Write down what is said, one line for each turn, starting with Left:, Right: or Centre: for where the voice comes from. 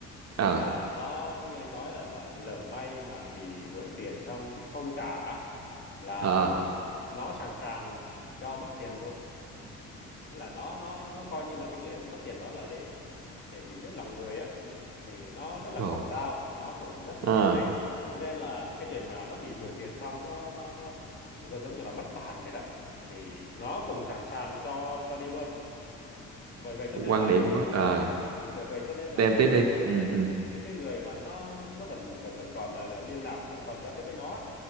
Left: nghĩa
Right: à
Left: là nó như anh nói là là lỡ may mà bị mượn tiền xong bị không trả á, là
Right: ờ
Left: nó sẵn sàng cho mất tiền luôn thế là nó nó nó coi như là cái chuyện mất tiền đó là để để mình biết lòng người á thì nó rất là
Right: rồi
Left: quảng giao nó cũng rất là
Right: à
Left: nhiệt tình cho nên là cái chuyện mà nó bị mượn tiền xong nó nó nó nó giống như là mất bàn vậy đó thì nó cũng sẵn sàng cho cho đi luôn bởi vậy cho
Right: quan
Left: nên là
Right: điểm
Left: những cái
Right: của
Left: người
Right: à
Left: ừ, bởi vậy cho nên là
Right: em
Left: cái
Right: tiếp đi ừ ừ
Left: những cái người mà nó nó nó vẫn vẫn vẫn còn mà là liên lạc vẫn còn giao tiếp với nó á,